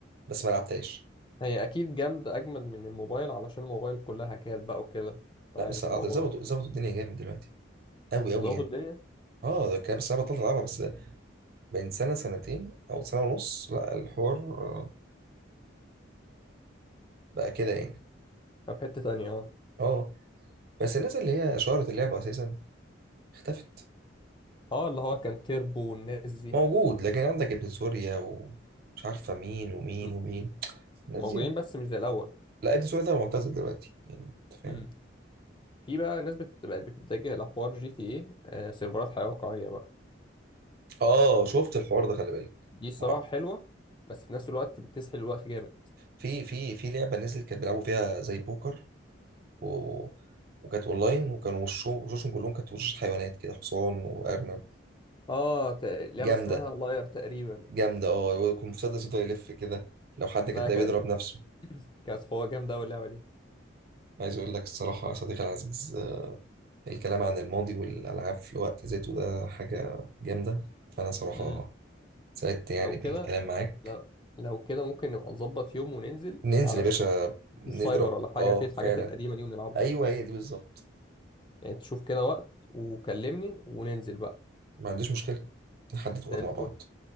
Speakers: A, on the right (about 50°); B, on the left (about 25°).
A: بس ما لعبتهاش
B: هي اكيد جامدة اجمل من الموبايل علشان الموبايل كلها هكات بقى وكده انت
A: لا
B: عارف
A: بس أقدر
B: الموضوع
A: ظبطوا
B: ده
A: ظبطوا الدنيا جامد دلوقتي قوي قوي
B: ظبط
A: يعني
B: الدنيا
A: اه ده كام سنه بطلت العبها بس بين سنه سنتين او سنه ونص لا الحوار آه، بقى كده يعني
B: في حتة تانية اه
A: اه بس الناس اللي هي شهرت اللعبه اساسا اختفت
B: اه اللي هو كان تيربو والناس دي
A: موجود لكن عندك ابن سوريا ومش عارفه مين ومين
B: م-
A: ومين الناس
B: موجودين
A: دي
B: بس مش زي الاول
A: لا ابن سوريا ده معتزل دلوقتي يعني انت فاهم
B: امم في بقى ناس بت- بقت بتتجه لحوار جي تي ايه آه سيرفرات حياة واقعية بقى
A: اه شفت الحوار ده خلي بالك
B: دي الصراحة
A: ما-
B: حلوة بس في نفس الوقت بتسحل الوقت جامد
A: في في في لعبه نزلت كانت بيلعبوا فيها زي بوكر و... وكانت اونلاين وكانوا وشو- وشوشهم كلهم كانت وشوش حيوانات كده حصان وارنب
B: اه ت- لعبة
A: جامده
B: اسمها لاير تقريبا
A: جامده اه ويكون مسدس يفضل يلف كده لو حد
B: لا
A: كان ده
B: كانت
A: بيضرب نفسه
B: كانت حوار جامدة أوي اللعبة دي
A: عايز اقول لك الصراحه يا صديقي العزيز آه، الكلام عن الماضي والالعاب في وقت ذاته ده حاجه جامده فانا صراحه
B: امم
A: سعدت يعني
B: لو
A: بالكلام
B: كده
A: معاك
B: لو لو كده ممكن نبقى نظبط يوم وننزل
A: ننزل
B: علشان
A: يا باشا نضرب
B: مش سايبر ولا حاجة
A: اه
B: في الحاجات
A: فعلا
B: القديمة دي ونلعبها
A: ايوه هي دي بالظبط
B: يعني تشوف كده وقت وكلمني وننزل بقى
A: ما عنديش مشكله نحدد
B: زي
A: وقت
B: الفل
A: مع بعض